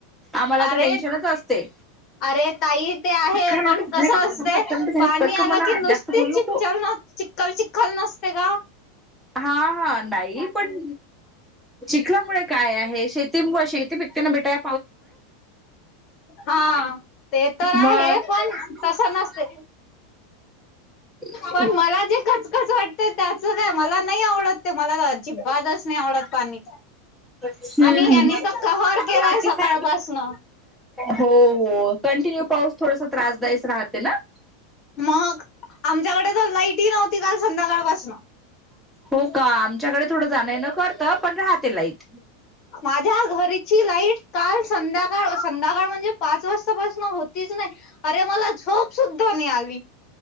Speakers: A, in the centre; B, on the left.
A: आम्हाला
B: अरे
A: तर टेन्शनच असते.
B: अरे ताई ते आहे
A: अकरा मिनिटे
B: पण कसं
A: झाले का तुझ
B: असत
A: अकरा मिनिटे
B: पाणी
A: झाले कट कर
B: आला
A: म्हणा
B: की नुसती
A: जास्त बोलू
B: चिपचल
A: नको
B: न चिखल चिखल नसते का?
A: हा हा नाही पण पिकल्यामुळे काय आहे शेती मु शेती पिकतेना भेटाय
B: हा ते तर आहे
A: मग
B: पण तस नसते.
A: हम्म
B: पण मला जे खचखच वाटत. ते त्याच काय मला नाही आवडत ते मला तर अजिबातच नाही आवडत पाणी
A: हम्म
B: आणि यांनी
A: हम्म.
B: तर कहर केलाय सकाळपासन
A: हो हो कंटिन्यू पाऊस थोड. त्रासदायीस राहते ना.
B: मग आमच्याकडे तर लाईटही नव्हती काल संध्याकाळपासून
A: हो का आमच्याकडे थोडं जाण न करत पण राहते लाईक
B: माझ्या घरीची लाईट काल संध्याकाळ संध्याकाळ म्हणजे पाच वाजतापासून होती. नाही अरे मला झोप सुद्धा नि आली.